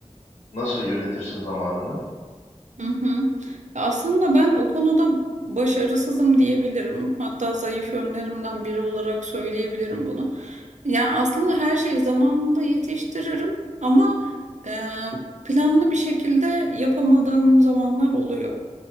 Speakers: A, on the left; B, on the right.
A: nasıl yönetirsin zamanını?
B: Hı hı. Ya Aslında ben o konuda başarısızım diyebilirim. Hatta zayıf yönlerimden biri olarak söyleyebilirim bunu. Yani aslında her şeyi zamanında yetiştiririm ama e, planlı bir şekilde yapamadığım zamanlar oluyor.